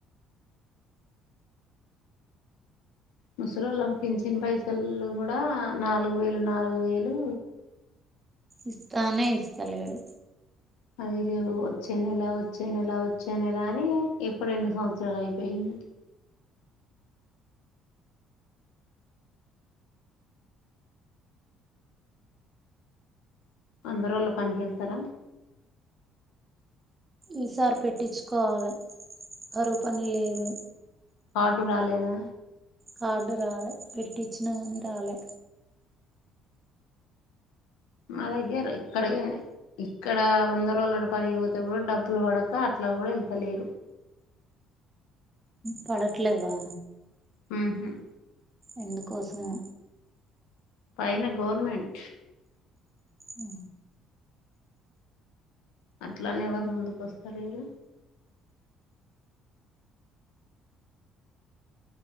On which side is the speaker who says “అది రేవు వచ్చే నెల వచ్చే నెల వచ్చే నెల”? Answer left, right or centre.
Left